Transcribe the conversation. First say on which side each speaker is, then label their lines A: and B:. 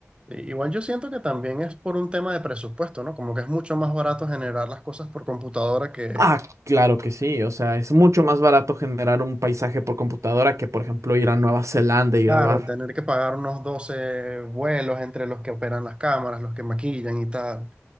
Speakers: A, on the right; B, on the right.
A: I- Igual yo siento que también es por un tema de presupuesto, ¿no? Como que es mucho más barato generar las cosas por computadora que
B: Ah, claro que sí. O sea, es mucho más barato generar un paisaje por computadora que, por ejemplo, ir a Nueva Zelanda y
A: Claro,
B: grabar.
A: tener que pagar unos 12 vuelos entre los que operan las cámaras, los que maquillan y tal.